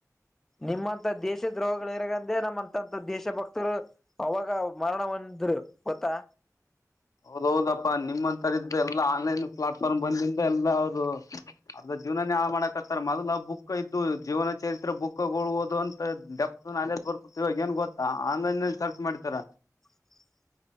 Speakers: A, in the centre; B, on the left.
A: ನಿಮ್ಮಂತ ದೇಶ ದ್ರೋಹಗಳು ಇರಗಂದೆ ನಮ್ಮಂತಂತ ದೇಶ ಭಕ್ತರು ಅವಾಗ ಮರಣನ್ನ ರು ಗೊತ್ತಾ
B: ಹೌದೌದಪ್ಪಾ ನಿಮ್ಮಂತರ ಇದ್ದ ಎಲ್ಲಾ ಆನ್ಲೈನ್ ಪ್ಲಾಟ್ಫಾರ್ಮ್ ಬಂದಿಂದ ಎಲ್ಲಾ ಅವರು ಅದ ಜೀವನಾನ ಹಾಳ ಮಾಡಕತ್ತರ ಮೊದಲ ಬುಕ್ ಜೀವನ ಚರಿತ್ ಬುಕ್ಗಳುದು ಅಂತ ಡೆಪ್ತ ನಾಲೆಡ್ಜ್ ಬರ್ತಿತ ಇವಾಗ ಏನು ಗೊತ್ತಾ ಆನ್ಲೈನ್ಲ್ ಮಾಡ್ತಾರ
A: <inaudible>